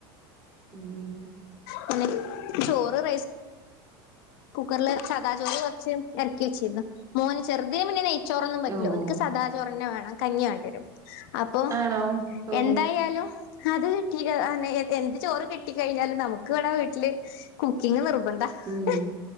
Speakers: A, on the right; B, on the left.
A: മ്
B: പിന്നെ ചോറ് റൈസ് കുക്കർല് സാതാ ചോറ് കൊർച്ച് എർക്കി വെച്ചീന്നു മോന് ചെർതിന് പിന്നെ നെയ് ചോറൊന്നും പറ്റില
A: ഓ
B: ഓൽക്ക്
A: ഓ
B: സദാ ചോറെന്നെ വേണം. കഞ്ഞിയാണ്ടരും അപ്പൊ
A: ആണോ ഓ
B: എന്തായാലും അത് കിട്ടീട്ട് അ പിന്നെ എന്ത് ചോറ് കിട്ടി കഴിഞ്ഞാലും നമുക്ക് ഇവടെ വീട്ടില് കുക്കിംഗ് നിർ
A: ഉം
B: <unintelligible>